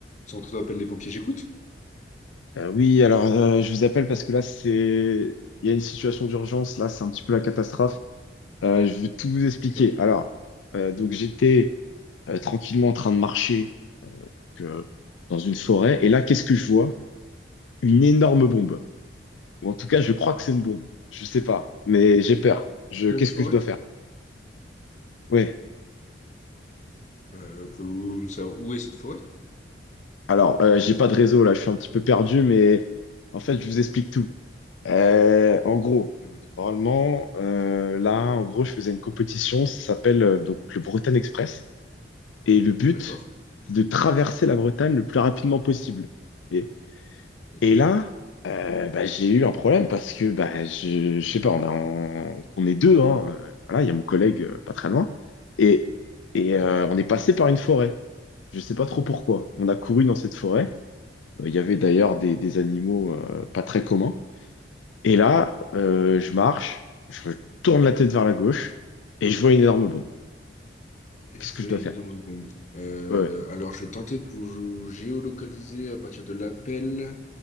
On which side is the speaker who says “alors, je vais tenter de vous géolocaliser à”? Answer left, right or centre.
Left